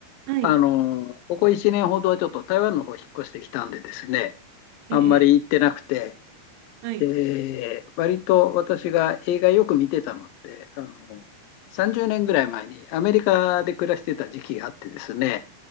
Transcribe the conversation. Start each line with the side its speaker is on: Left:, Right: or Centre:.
Right: はい。
Left: あの、ここ1年ほどはちょっと台湾の方引っ越してきたんでですね、
Right: ええ。
Left: あんまり行ってなくて、
Right: はい。
Left: で、割と私が映画よく見てたのって、あの、30年ぐらい前にアメリカで暮らしてた時期があってですね、